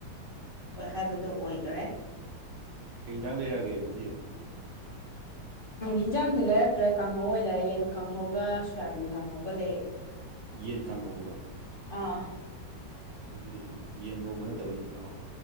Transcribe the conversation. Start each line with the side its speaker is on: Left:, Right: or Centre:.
Left: ꯍꯥꯏꯕꯗꯨ ꯑꯣꯏꯈꯔꯦ
Right: ꯀꯩ ꯌꯦꯟꯖꯥꯡ ꯂꯩꯔꯛꯑꯒꯦ ꯉꯁꯤꯁꯦ
Left: ꯍꯤꯟꯖꯥꯡꯗꯤ ꯂꯩꯔꯛꯇ꯭ꯔꯦ ꯀꯥꯡꯍꯧ ꯑꯣꯏꯅ ꯂꯩ ꯌꯦꯟ ꯀꯥꯡꯍꯧꯒ ꯁꯣꯌꯥꯕꯤꯟ ꯀꯥꯡꯍꯧꯒ ꯂꯩ <inaudible>
Right: ꯌꯦꯟ ꯀꯥꯡꯍꯧꯕꯕ
Left: ꯑꯥ
Right: ꯀꯅꯣꯣꯏꯁꯤꯕꯨ ꯌꯦꯡ ꯉꯧꯕ ꯅꯠꯇꯕ ꯌꯦꯟ ꯇꯪꯍꯧ